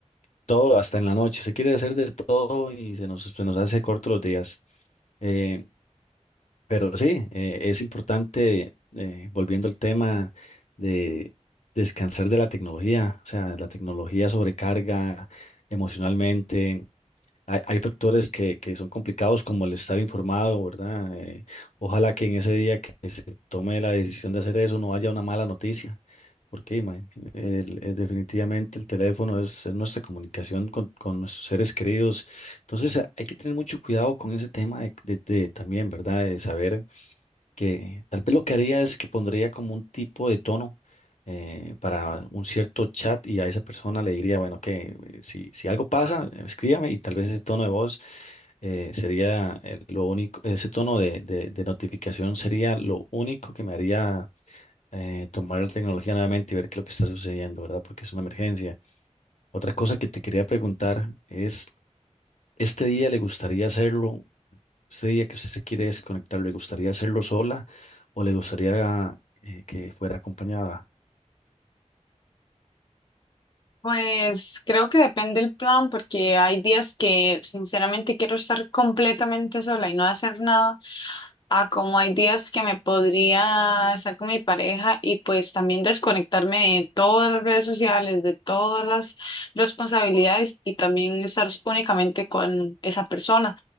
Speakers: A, on the left (about 65°); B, on the left (about 40°).
A: todo hasta en la noche. Se quiere hacer de todo y se nos, se nos hace corto los días. Eh, pero sí, eh, es importante, eh, volviendo al tema de descansar de la tecnología, o sea, la tecnología sobrecarga emocionalmente. Hay, hay factores que, que son complicados como el estar informado, ¿verdad? Eh, ojalá que en ese día que se tome la decisión de hacer eso no haya una mala noticia, porque ima- el- eh, definitivamente el teléfono es, es nuestra comunicación con, con nuestros seres queridos. Entonces, hay que tener mucho cuidado con ese tema de, de- de también, ¿verdad? De saber que tal vez lo que haría es que pondría como un tipo de tono eh, para un cierto chat y a esa persona le diría, bueno, que eh, si, si algo pasa, eh, escríbame y tal vez ese tono de voz eh, sería eh, lo único, ese tono de, de- de notificación sería lo único que me haría eh, tomar la tecnología nuevamente y ver qué es lo que está sucediendo, ¿verdad? Porque es una emergencia. Otra cosa que te quería preguntar es, ¿este día le gustaría hacerlo? Usted diría que usted se quiere desconectar, ¿le gustaría hacerlo sola o le gustaría eh, que fuera acompañada?
B: Pues creo que depende el plan, porque hay días que sinceramente quiero estar completamente sola y no hacer nada, a como hay días que me podría estar con mi pareja y pues también desconectarme de todas las redes sociales, de todas las responsabilidades y también estar únicamente con esa persona.